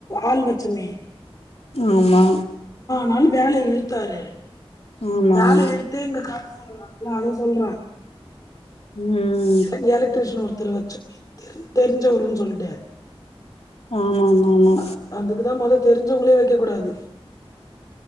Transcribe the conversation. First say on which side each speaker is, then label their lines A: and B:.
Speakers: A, on the left; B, on the left.
A: ஆள் வச்சமே
B: ஆமா
A: நாள் வேல இழுத்தாரு
B: ஆமா
A: வேல
B: ஆமா
A: இழுத்து இங்க <unintelligible> அத சொல்றே
B: ம்
A: எலக் எலக்ட்ரிஷன் ஒருத்தர் வச்சுமே தெரிஞ்சவருன் சொல்ட்டு
B: ஆமா ஆமா ஆமா
A: அ அதுக்குதா மொத தெரிஞ்சவங்ளே வைக்க கூடாது